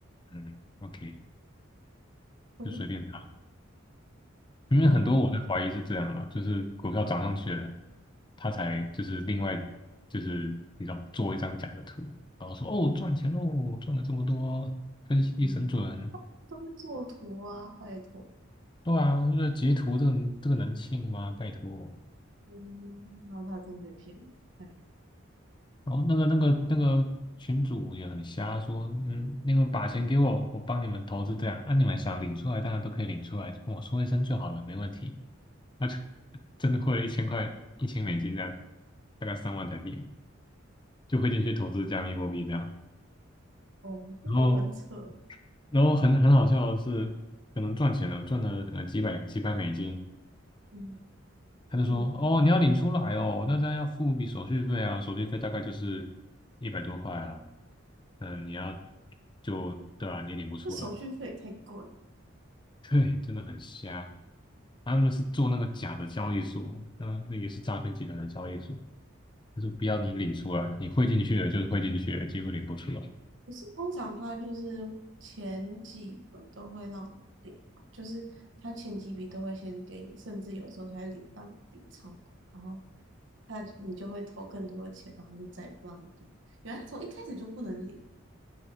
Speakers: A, on the left (about 25°); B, on the right (about 60°).
A: 嗯，OK，
B: <laughs>
A: 就随便他。因为很多我在怀疑是这样啊，
B: 哦，
A: 就是股票涨上去了，他才就是另外就是你知道做一张假的图，然后说哦赚钱喽，赚了这么多，分析神准。
B: 嗯都会做图啊，拜托。
A: 对啊，这截图这个这个能信吗？拜托。
B: 嗯，然后他真被骗了，哎，
A: 然后那个那个那个群主也很瞎，说嗯，那个把钱给我，我帮你们投资这样，啊，你们想领出来，当然都可以领出来，跟我说一声就好了，没问题。那就 <laughs> 真的汇了一千块，一千美金这样，大概三万台币，就汇进去投资加密货币这样。
B: 哦，真的很扯。
A: 然后，然后很很好笑的是，可能赚钱了，赚了可能几百几百美金，
B: 嗯
A: 他就说：
B: 嗯。
A: “哦，你要领出来哦，那这样要付一笔手续费啊，手续费大概就是一百多块啊。嗯，你要就对啊，你领不出来，
B: 那手续费也太贵了。
A: <laughs> 对，真的很瞎。他们是做那个假的交易所，那那也是诈骗集团的交易所。他说不要你领出来，你汇进去了就是汇进去了，结果领不出来。
B: 可是通常他就是前几个都会让你领，就是他前几笔都会先给你，甚至有时候他会领让你领超过，然后他你就会投更多的钱，然后就再也不让你领。原来从一开始就不能领，